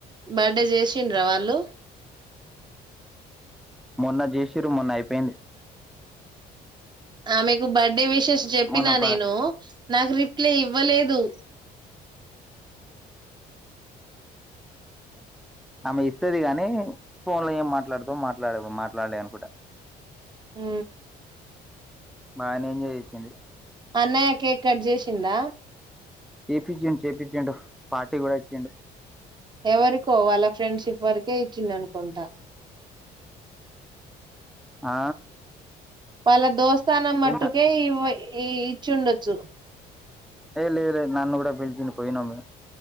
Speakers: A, on the right; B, in the centre.
A: బర్డే చేసి చ్చండ్రా వాళ్ళు
B: మొన్న చేసిర మొన్న అయిపోయింది
A: ఆమెకు బర్ అండే విషెస్ చెప్పినా
B: మొన్న బ
A: నేను నాకు రిప్లై ఇవ్వలేదు
B: ఆమె ఇస్తుది కానీ ఫోన్ లో ఏం మాట్లాడదుదు ఎమాట్లాడ మాట్లాడలే అనుకుంటా
A: హ
B: బాగానే ఎంజాయ్ చేసింది
A: అన్నయక కట్ చేసిందా
B: చేయిపిచ్చిం చేయిపిచ్చిండు పార్టీ కూడా ఇచ్చిండు
A: ఎవరికో వాళ్ళ ఫ్రెండ్షిప్ వరకే ఇచ్చిండనుకుంటా
B: ఆ
A: వాళ్ళ దోస్త స్థనం మట్టుకే
B: ఏంట
A: ఈవ ఇచ్చుండచ్చు
B: ఏ లే లేదు నన్ను కూడా పిలిచిండూ పోయినామ్ మేము